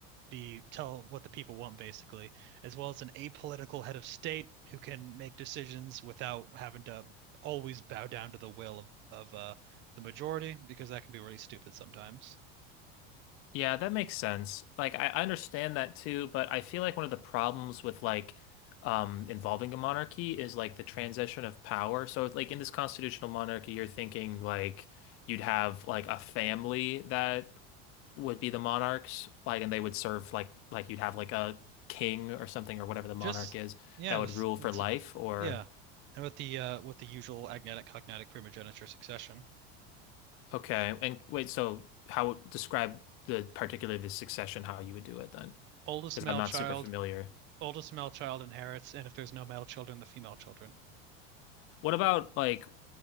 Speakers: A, on the right (about 40°); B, on the left (about 45°).
A: be tell what the people want basically, as well as an apolitical head of state who can make decisions without having to always bow down to the will of of uh, the majority because that can be really stupid sometimes.
B: Yeah, that makes sense. Like I I understand that too, but I feel like one of the problems with like um involving a monarchy is like the transition of power. So like in this constitutional monarchy, you're thinking like you'd have like a family that would be the monarchs, like and they would serve like like you'd have like a king or something or whatever the monarch
A: Just
B: is
A: yeah,
B: that would
A: just
B: rule
A: what's
B: for life
A: it?
B: or
A: Yeah, and with the uh with the usual agnatic, cognatic, primogeniture succession,
B: okay. And wait, so how describe the particular the succession how you would do it then?
A: oldest
B: Because
A: male
B: I'm not
A: child,
B: super familiar.
A: oldest male child inherits, and if there's no male children, the female children.
B: What about like